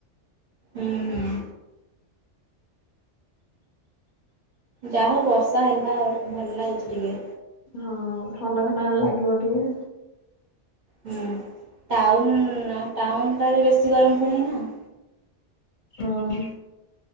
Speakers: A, on the right; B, on the left.
A: ଉଁ ହୁଁ। ଯାହା ହୋଉ ବର୍ଷା ହେଲା ଆଉ ଭଲ ଲାଗୁଚି ଟିକେ।
B: ହଁ ଥଣ୍ଡା ଥଣ୍ଡା ଏବେ ଲାଗିବ ଟିକେ।
A: ହୁଁ ଟାଉନ ଆଉ ଟାଉନଟାରେ ବେଶୀ ଗରମ ପୁଣି ଏନା।
B: ହଁ।